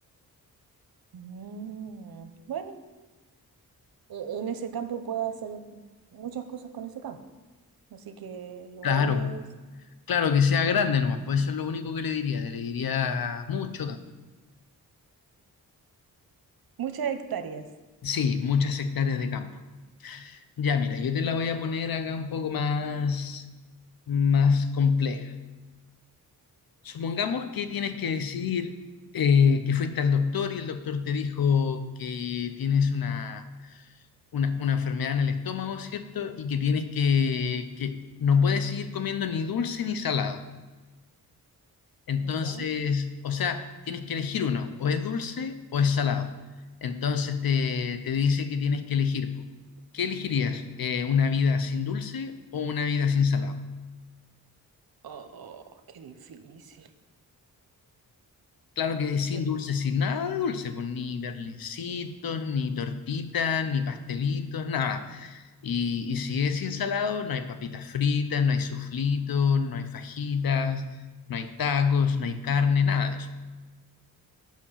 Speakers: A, on the right (about 70°); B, on the left (about 70°).
A: Mm, Bueno. e- en ese campo puedes hacer muchas cosas con ese campo. Así que igual
B: Claro,
A: es
B: claro que sea grande nomás, pues eso es lo único que le diría. Le diría mucho campo.
A: muchas hectáreas,
B: Sí, muchas hectáreas de campo. Ya, mira, yo te la voy a poner acá un poco más, más compleja. Supongamos que tienes que decidir eh, que fuiste al doctor y el doctor te dijo que tienes una, una, una enfermedad en el estómago, ¿cierto? Y que tienes que, que no puedes seguir comiendo ni dulce ni salado. Entonces,
A: ¿ya?
B: o sea, tienes que elegir uno, o es dulce o es salado. Entonces te, te dice que tienes que elegir. po. ¿Qué elegirías? Eh, ¿una vida sin dulce o una vida sin salado?
A: Oh, qué difícil.
B: Claro que sin
A: Sí.
B: dulce, sin nada de dulce, pues ni berlincitos, ni tortitas, ni pastelitos, nada. Y, y si es sin salado, no hay papitas fritas, no hay suflitos, no hay fajitas, no hay tacos, no hay carne, nada de eso.